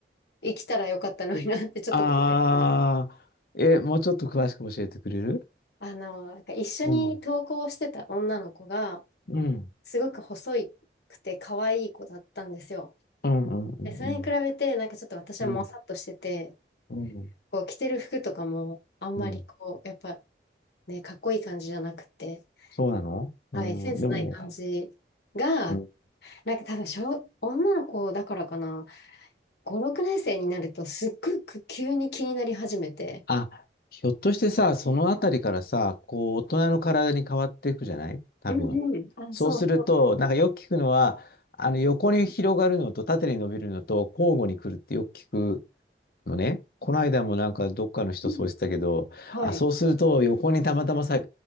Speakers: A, on the left (about 70°); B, on the left (about 55°).
A: 生きたらよかったのになってちょっと後悔する。
B: あー、え、もうちょっと詳しく教えてくれる
A: あの、なんか一緒に登校してた女の子が、
B: うん、うん、うん、
A: すごく細くて可愛い子だったんですよ。
B: うん、うん、
A: で、それに比べて、なんかちょっと私はもさっとしてて、
B: うん、うん、
A: こう着てる服とかもあんまりこう、
B: うん。
A: やっぱね、かっこいい感じじゃなくて、
B: そうなのうん、
A: はい、センスない感じが、
B: でも、うん
A: なんか多分小、女の子だからかな、5、6年生になるとすっごく急に気になり始めて、
B: あ、ひょっとしてさ、そのあたりからさ、こう、大人の体に変わっていくじゃない多分。
A: うんうん、あ、
B: そうすると、
A: そうそう
B: なんかよく聞くのは、あの、横に広がるのと縦に伸びるのと交互に来るってよく聞くのね。この間もなんかどっかの人そうしてたけど、
A: うん。はい。
B: あ、そうすると横にたまたまさ、